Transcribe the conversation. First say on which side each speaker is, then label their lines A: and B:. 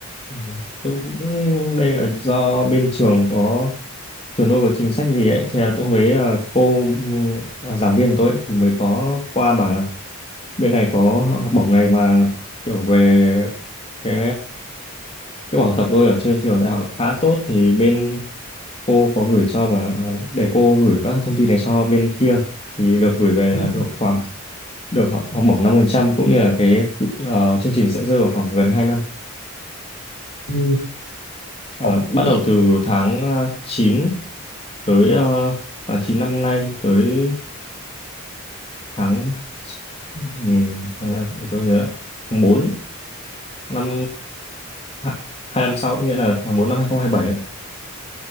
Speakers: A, on the left (about 25°); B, on the left (about 50°).
A: Ừ. Tôi cũng đây là do bên trường có trường tôi có chính sách gì ấy thì là tôi hôm đấy ờ, cô ừ, à, giảng viên của tôi ấy, thì mới có qua bảo là bên này có học bổng này mà kiểu về cái cái bảo tập tôi ở trên trường đại học khá tốt thì bên cô có gửi cho bà ờ, để cô gửi các thông tin này cho bên kia thì được gửi về
B: Ừ.
A: là được khoảng được học học bổng 5% cũng như là cái ờ, chương trình sẽ rơi vào khoảng gần 2 năm
B: Ừ,
A: Ờ,
B: ok
A: bắt đầu từ tháng ờ, 9 tới ờ, tháng 9 năm nay tới tháng ừ, tháng nào để tôi nhớ lại tháng bốn năm ha- hai năm sau nghĩa là tháng 4 năm 2027 ấy.